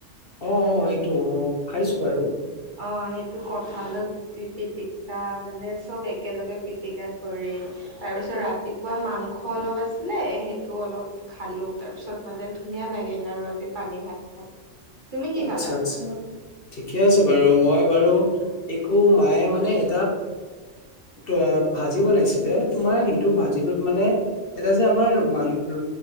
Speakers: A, on the left; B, on the right.
A: অ অ এইটো অ খাইছো বাৰু।
B: অ সেইটো কঁঠালৰ গুতি পিটিক অ মানে চব একেলগে পিটিকা কৰি তাৰ পিছত ৰাতিপুৱা মাংস অলপ আছি লে সেইটো অলপ খালো তাৰপিছত মানে ধুনীয়া লাগিল আৰু আজি পানী ভাত খাই। তুমি কি
A: আচ্ছা
B: খালা
A: আচ্ছা ঠিকে আছে বাৰু মই বাৰু একো মায়ে মানে অ উ ভাজি বনাইছিলে তোমাৰ সেইটো ভাজিটোত মানে এটা যে আমাৰ মানু উ